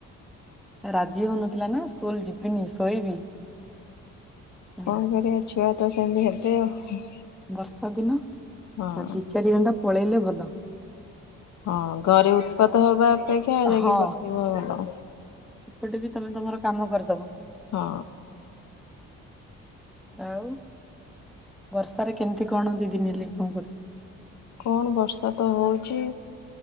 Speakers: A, in the centre; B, on the left.
A: ରାଜି ହଉନଥିଲା ନା ସ୍କୁଲ ଯିବିନି ଶୋଇବି। ହେଲା।
B: କଣ କରିବା ଛୁଆ ତ ସେମତି ହେବେ ଆଉ।
A: ବର୍ଷା ଦିନ
B: ହଁ
A: ଦି ଚାରି ଘଣ୍ଟା ପଳେଇଲେ ଭଲ।
B: ହଁ ଘରେ ଉତ୍ପାତ ହବା ଅପେକ୍ଷା ଯାଇକି
A: ହଁ
B: ବସିବା ଭଲ।
A: ଏପଟେ ବି ତମେ ତମର କାମ କରିଦବ।
B: ହଁ।
A: ଆଉ ବର୍ଷାରେ କେମିତି କଣ ଦି ଦିନ ହେଲାଣି କଣ କରୁଛ?
B: କଣ ବର୍ଷା ତ ହଉଛି